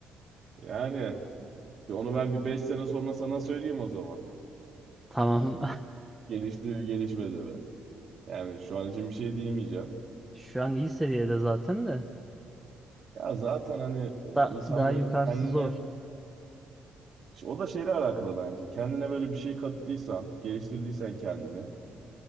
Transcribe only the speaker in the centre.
Tamam.
<laughs> Şu an iyi seviyede zaten de.
Da,
daha
yukarısı
zor.